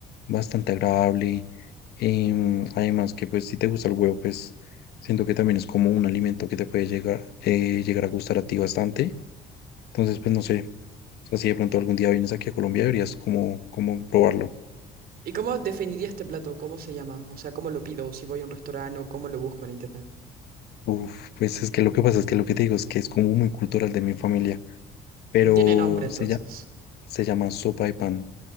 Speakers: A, on the left; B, on the right.
A: bastante agradable. Em, además que pues si te gusta el huevo, pues siento que también es como un alimento que te puede llegar, eh, llegar a gustar a ti bastante. Entonces, pues no sé, o sea, si de pronto algún día vienes aquí a Colombia, deberías como, como probarlo.
B: ¿Y cómo definiría este plato? ¿Cómo se llama? O sea, ¿cómo lo pido? ¿Si voy a un restaurante o cómo lo busco en internet?
A: Uf, pues es que lo que pasa es que lo que te digo es que es como muy cultural de mi familia, pero
B: No tiene nombre entonces.
A: se, lla- se llama sopa de pan,